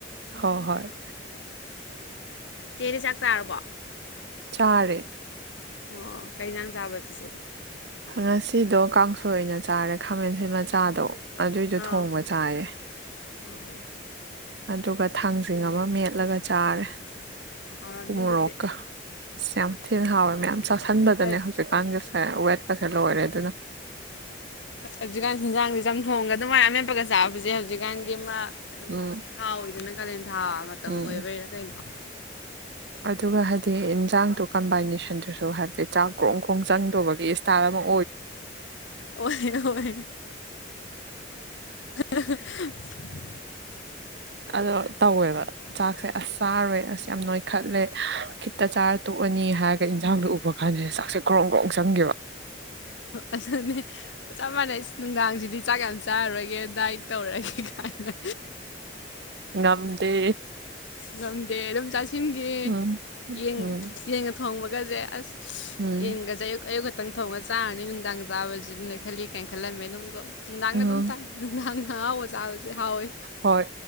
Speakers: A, on the right; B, on the left.
A: ꯍꯣꯏ ꯍꯣꯏ
B: ꯆꯦꯗꯤ ꯆꯥꯛ ꯆꯥꯔꯕꯣ
A: ꯇꯥꯔꯦ
B: ꯑꯣ ꯀꯩꯩꯅꯥꯡ ꯆꯥꯕ ꯆꯤꯆꯦꯗ
A: ꯉꯁꯤꯗꯣ ꯀꯥꯡꯁꯣꯏ ꯑꯣꯏꯅ ꯆꯥꯔꯦ ꯈꯥꯃꯦꯟꯁꯤ ꯃꯆꯥꯗꯣ ꯑꯗꯨꯏꯗꯣ
B: ꯑꯥ
A: ꯊꯣꯡꯕ ꯆꯥꯏꯌꯦ
B: ꯑꯣ
A: ꯑꯗꯨꯒ ꯊꯥꯡꯁꯤꯡ ꯑꯃ ꯃꯦꯠꯂꯒ ꯆꯥꯔꯦ
B: ꯍꯥꯎꯔꯝꯅꯤ
A: ꯃꯣꯔꯣꯛꯀ
B: ꯑꯗꯨꯗꯤ
A: ꯑꯁ ꯌꯥꯝ ꯊꯤꯅ ꯍꯥꯎꯋꯦ ꯃꯌꯥꯝ ꯆꯥꯁꯟꯕꯗꯅꯦ
B: ꯍꯥꯏ
A: ꯍꯧꯖꯤꯛꯀꯥꯟꯒꯤꯁꯦ ꯋꯦꯠꯀꯁꯦ ꯂꯣꯏꯔꯦ ꯑꯗꯨꯅ
B: ꯍꯧꯖꯤꯀꯥꯟꯖꯥꯡꯒ ꯆꯝꯊꯣꯡꯒ ꯑꯗꯨꯃꯥꯏꯅ ꯃꯦꯞꯄꯒ ꯆꯥꯕꯁꯦ ꯍꯧꯖꯤꯛꯀꯥꯟꯒꯤ ꯑꯃ ꯑꯗꯨꯝ
A: ꯎꯝ
B: ꯍꯥꯎꯋꯤꯗꯅ ꯀꯥꯂꯦꯟ ꯊꯥ ꯃꯇꯝ
A: ꯎꯝ
B: ꯑꯣꯏꯕꯩꯔꯥ
A: ꯎꯝ
B: ꯀꯩꯅꯣ
A: ꯑꯗꯨꯒ ꯍꯥꯏꯗꯤ ꯌꯦꯟꯁꯥꯡꯗꯨ ꯀꯝꯕꯥꯏꯅꯦꯁꯟꯗꯨꯁꯨ ꯍꯥꯏꯕꯗꯤ ꯆꯥꯛ ꯀ꯭ꯔꯣꯡ ꯀ꯭ꯔꯣꯡ ꯆꯪꯗꯧꯕꯒꯤ ꯏꯁꯇꯥꯥꯏꯜ ꯑꯃꯛ
B: ꯑꯣꯏꯣꯏ ꯑꯣꯏꯣꯏ <inaudible>
A: ꯑꯗꯣ ꯇꯧꯋꯦꯕ ꯆꯥꯛꯁꯦ ꯑꯁ ꯆꯥꯔꯣꯏ ꯑꯁ ꯌꯥꯝ ꯅꯣꯏꯈꯠꯂꯦ ꯈꯤꯠꯇ ꯆꯥꯔ ꯇꯣꯛꯑꯅꯤ ꯍꯥꯏꯔꯒ ꯏꯟꯁꯥꯡꯗꯣ ꯎꯕ ꯀꯥꯟꯗ ꯆꯥꯛꯁꯦ ꯀ꯭ꯔꯣꯡ ꯭ꯔꯣꯡ ꯆꯪꯦꯕ
B: ꯑꯗꯨꯅꯦ ꯆꯞ ꯃꯥꯟꯅꯩ ꯅꯨꯡꯗꯥꯡꯁꯤꯗꯤ ꯆꯥꯛ ꯌꯥꯝ ꯆꯥꯔꯒꯦ ꯗꯥꯏꯠ ꯇꯧꯔꯒꯦ ꯍꯥꯏꯅ
A: ꯉꯝꯗꯦ
B: ꯉꯝꯗꯦ ꯑꯗꯨꯝ ꯆꯥꯁꯤꯟꯒꯡ
A: ꯎꯝ ꯎꯝ
B: ꯊꯣꯡꯕꯒꯁꯦ ꯑꯁ
A: ꯎꯝ
B: ꯌꯦꯡꯒꯁꯦ ꯑꯌꯨꯛ ꯑꯌꯨꯛ ꯈꯛꯇꯪ ꯊꯣꯡꯉꯁꯦ ꯆꯥꯕꯅꯤ ꯅꯨꯡꯗꯥꯡ ꯆꯥꯕꯁꯤ ꯑꯗꯨꯅ ꯈꯜꯂꯤ ꯀꯥꯏꯅ ꯈꯜꯂꯝꯃꯦ ꯑꯗꯨꯝꯗꯣ ꯅꯨꯡꯗꯥꯡꯒ
A: ꯎꯝ
B: ꯑꯗꯨꯝ ꯇꯥꯏ ꯅꯨꯡꯗꯥꯡꯅ ꯍꯥꯎꯕ ꯆꯥꯕꯁꯦ ꯍꯥꯎꯋꯦ
A: ꯍꯣꯏ